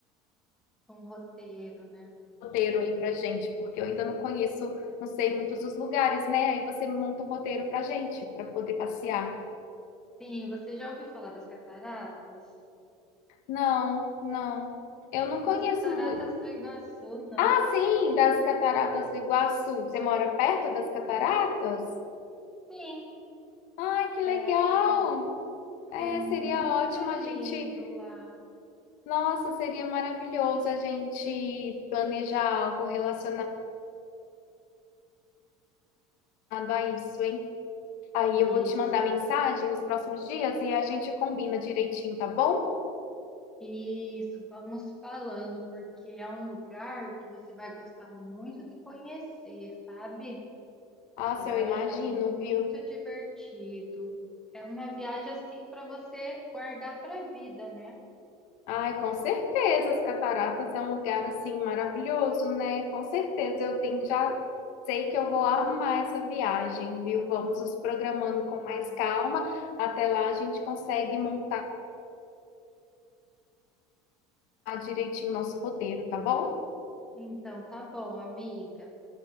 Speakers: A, in the centre; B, on the left.
A: um roteiro, né?
B: roteiro aí pra gente, porque eu ainda não conheço, não sei muitos dos lugares, né? Aí você monta um roteiro pra gente, para poder passear.
A: Sim, você já ouviu falar das cataratas?
B: Não, não. Eu não
A: Das
B: conheço
A: cataratas
B: muito,
A: do Iguaçu, não?
B: Assim, das Cataratas do Iguaçu. Você mora perto das cataratas?
A: Sim,
B: Ai, que
A: é,
B: legal! É,
A: é muito
B: seria ótimo
A: lindo
B: a gente.
A: lá.
B: Nossa, seria maravilhoso a gente planejar algo relacionado a isso, hein? Aí
A: Isso.
B: eu vou te mandar mensagem nos próximos dias e a gente combina direitinho, tá bom?
A: Isso, vamos falando, porque é um lugar que você vai gostar muito de conhecer, sabe?
B: Nossa,
A: Você vai
B: eu imagino,
A: achar muito
B: viu?
A: divertido. É uma viagem assim para você guardar para a vida, né?
B: Ai, com certeza, as cataratas é um lugar assim maravilhoso, né? Com certeza, eu tenho já sei que eu vou amar essa viagem, viu? Vamos nos programando
A: E
B: com mais calma. Até lá a gente consegue montar direitinho o nosso roteiro, tá bom?
A: então tá bom, amiga.